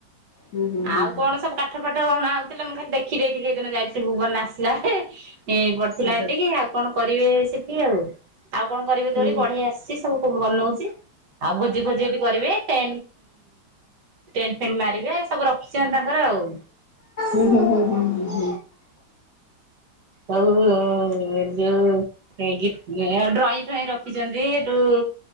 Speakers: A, on the left (about 80°); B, on the right (about 65°).
A: ହୁଁ ହୁଁ
B: ଆଉ
A: ହୁଁ ହୁଁ।
B: କଣ ସବୁ କାଠ ପାଠ ହଣା ହୋଉଥିଲା ମୁଁ ଖାଲି ଦେଖି ଦେଇଥିଲି ସେଇଦିନ ଯାଇଥିଲି ଭୁବନ ଆସିଲା ବେଳେ। ଏ ପଢିଥିଲା
A: ଆଚ୍ଛା।
B: ଏତିିକି ଆଉ କଣ କରିବେ ସେଠି ଆଉ? ଆଉ କଣ କରିବେ
A: ହୁଁ
B: ଦୋଳି
A: ହୁଁ
B: ବଢେଇ ଆସିଛି ସବୁ କ ବନଉଛି। ଆଉ ଭୋଜି ଫୋଜି ଏଠି କରିବେ ଟେ ଟେଣ୍ଟ ଫେଣ୍ଟ ମାରିବେ ସବୁ ରଖିଛନ୍ତି ତାଙ୍କର ଆଉ।
A: ଉ ହୁ ହୁ ହୁ ହୁ।
B: ଆଉ ଯୋଉ ମ୍ୟାଜିକ ଡ୍ରଇଂ ଫ୍ରଇ ରଖିଛନ୍ତି ହେଠୁ?